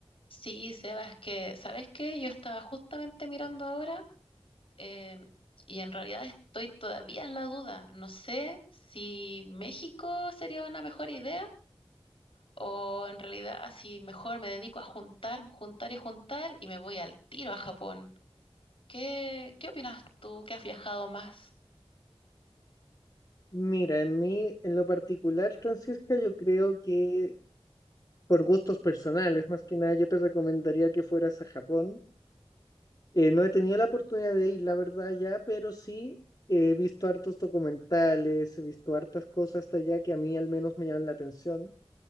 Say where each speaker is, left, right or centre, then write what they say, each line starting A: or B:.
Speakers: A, on the left; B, on the left.
A: Sí, Sebas, que, ¿sabes qué? Yo estaba justamente mirando ahora em, y en realidad estoy todavía en la duda. No sé si México sería una mejor idea o en realidad si mejor me dedico a juntar, juntar y juntar y me voy al tiro a Japón. ¿Qué, qué opinas tú que has viajado más?
B: Mira, en mí, en lo particular, Francisca, yo creo que por gustos personales, más que nada, yo te recomendaría que fueras a Japón. Eh, no he tenido la oportunidad de ir, la verdad, ya, pero sí he visto hartos documentales, he visto hartas cosas hasta allá que a mí al menos me llaman la atención.